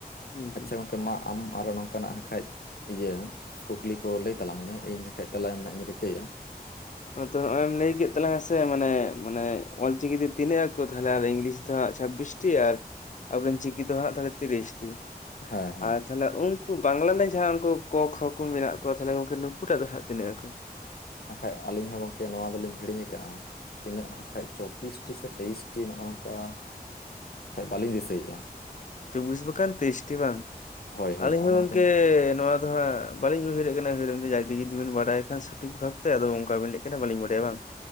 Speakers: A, on the left; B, on the left.
A: ᱦᱩᱸ
B: ᱟᱪᱪᱷᱟ
A: ᱦᱩᱸ
B: ᱜᱚᱝᱠᱮ
A: ᱦᱩᱸ
B: ᱢᱟ ᱟᱢ ᱟᱨᱚ ᱱᱚᱝᱠᱟᱱᱟᱜ ᱠᱷᱟᱡ ᱤᱭᱟᱹ ᱠᱩᱠᱞᱤ ᱠᱚ ᱞᱟᱹᱭ ᱛᱟᱞᱟᱝ ᱢᱮ ᱤᱧ ᱵᱟᱠᱷᱟᱡ ᱛᱮᱞᱟ ᱮᱢ ᱨᱮᱱᱟᱜ ᱤᱧ ᱨᱤᱠᱟᱹᱭᱟ
A: ᱛᱚ ᱱᱚ ᱚᱭᱮᱢ ᱞᱟᱹᱭ ᱠᱮᱫ ᱛᱟᱞᱟᱝᱟ ᱥᱮ ᱢᱟᱱᱮ ᱢᱟᱱᱮ ᱚᱞᱪᱤᱠᱤ ᱛᱮ ᱛᱤᱱᱟᱹᱜ ᱟᱠᱷᱚ ᱛᱟᱦᱚᱞᱮ ᱟᱨ ᱤᱝᱞᱤᱥ ᱫᱚ ᱦᱟᱸᱜ ᱪᱷᱟᱵᱤᱥ ᱟᱨ ᱟᱵᱚᱨᱤᱱ ᱪᱤᱠᱤ ᱫᱚ ᱦᱟᱸᱜ ᱛᱟᱦᱚᱞᱮ ᱛᱤᱨᱤᱥᱴᱤ
B: ᱦᱮᱸ ᱦᱮᱸ
A: ᱟᱨ ᱛᱟᱦᱚᱞᱮ ᱩᱱᱠᱩ ᱵᱟᱝᱞᱟ ᱨᱮᱱ ᱡᱟᱦᱟᱸ ᱩᱱᱠᱩ ᱠᱚ ᱠᱷᱚ ᱠᱚ ᱢᱮᱱᱟᱜ ᱠᱚᱣᱟ ᱛᱟᱦᱚᱞᱮ ᱜᱚᱢᱠᱮ ᱱᱩᱠᱩᱴᱟᱜ ᱫᱚ ᱦᱟᱸᱜ ᱛᱤᱱᱟᱹᱜ ᱟᱠᱚ
B: ᱟᱠᱷᱟᱡ ᱟᱹᱞᱤᱧ ᱦᱚᱸ ᱜᱚᱝᱠᱮ ᱱᱚᱣᱟ ᱫᱚᱞᱤᱧ ᱦᱤᱲᱤᱧ ᱟᱠᱟᱜᱼᱟ᱾ ᱛᱤᱱᱟᱹᱜ ᱦᱟᱠᱷᱟᱡ ᱪᱚᱵᱵᱤᱥᱴᱤ ᱥᱮ ᱛᱮᱭᱤᱥᱴᱤ ᱱᱚᱜᱼᱚ ᱱᱚᱝᱠᱟ ᱠᱷᱟᱡ ᱵᱟᱹᱞᱤᱧ ᱫᱤᱥᱟᱹᱭᱮᱫᱼᱟ
A: ᱪᱳᱵᱵᱤᱥ ᱵᱟᱠᱷᱟᱱ ᱛᱤᱨᱤᱥᱴᱤ ᱵᱟᱝ
B: ᱦᱳᱭ ᱦᱳᱭ
A: ᱟᱹᱞᱤᱧ
B: ᱱᱚᱜᱼᱚ
A: ᱦᱚᱸ
B: ᱱᱚᱣᱟ
A: ᱜᱚᱝᱠᱮ
B: ᱠᱚ
A: ᱱᱚᱣᱟ ᱫᱚ ᱦᱟᱸᱜ ᱵᱟᱹᱞᱤᱧ ᱩᱭᱦᱟᱹᱨᱮᱫ ᱠᱟᱱᱟ ᱩᱦᱟᱹᱨ ᱡᱟᱜᱮ ᱡᱩᱫᱤᱵᱱ ᱵᱟᱲᱟᱭ ᱠᱷᱟᱱ ᱥᱚᱴᱷᱤᱠ ᱵᱷᱟᱵᱛᱮ ᱟᱫᱚ ᱚᱱᱠᱟᱵᱤᱱ ᱞᱟᱹᱭ ᱠᱮᱫᱟ ᱵᱟᱞᱤᱧ ᱵᱟᱰᱟᱭᱟ ᱵᱟᱝ